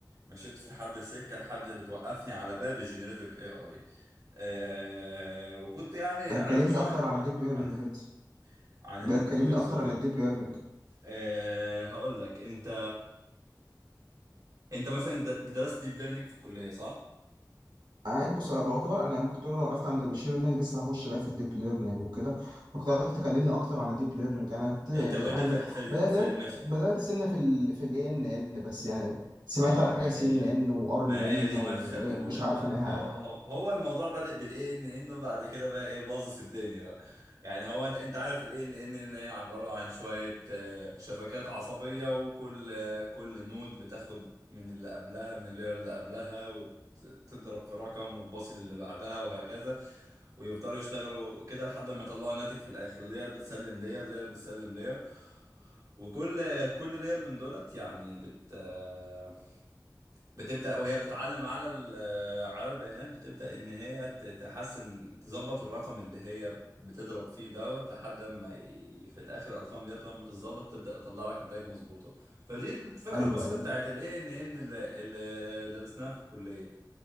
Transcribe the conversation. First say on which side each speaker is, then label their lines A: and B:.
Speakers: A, on the right (about 50°); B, on the right (about 90°).
A: مشيت في حد السكه لحد اللي توقفني على باب الجنريتيف اي اي أه وكنت يعني
B: طب
A: عرفت
B: كلمني
A: شويه
B: اكتر
A: عن
B: عن الديب
A: عن,
B: ليرنينج كده
A: عن الانكودرز
B: يبقى كلمني اكتر
A: وكده
B: عن الديب ليرنينج
A: أه هقول لك انت انت مثلا د- درست ديب ليرنينج في الكليه صح؟
B: عادي بص أنا بعتبر انا ممكن تقول انا وقفت عند الماشين ليرنينج لسه هخش بقى في الديب ليرنينج وكده ممكن حضرتك
A: امم
B: تكلمني اكتر عن الديب ليرنينج انا كنت
A: طب
B: عند
A: وانت في في ال-
B: بدات
A: في المش...
B: بدات سنه في ال في الاي ان ان بس يعني سمعت
A: اه
B: عن حاجه
A: ما
B: سي
A: هي
B: ان ان وار
A: ما
B: ان ان
A: هي دي
B: ومش
A: مدخل ال...
B: عارف
A: ما...
B: انا
A: ما
B: ها.
A: هو... هو هو الموضوع بدأ بالاي ان انه بعد كده بقى ايه باظت الدنيا بقى يعني هو انت انت عارف الاي ان ان ان هي عبارة عن شوية آه، شبكات عصبية وكل آه، كل نود بتاخد من اللي قبلها من اللير اللي قبلها وتضرب في رقم وتباصي للي بعدها وهكذا ويفضلوا يشتغلوا كده لحد ما يطلعوا الناتج في الاخر لير بتسلم لير لير بتسلم لير وكل كل لير من دولت يعني بت آه، بتبدأ وهي بتتعلم على ال- على البيانات بتبدأ إن هي ت- تحسن تظبط الرقم اللي هي بتضرب فيه دوت لحد ما ي- في الآخر الأرقام ديت لما تتظبط تبدأ تطلع لك نتائج مظبوطة فدي الفكرة
B: ايوه
A: البسيطة
B: ايوه
A: بتاعت ال ANN اللي اللي درسناها في الكلية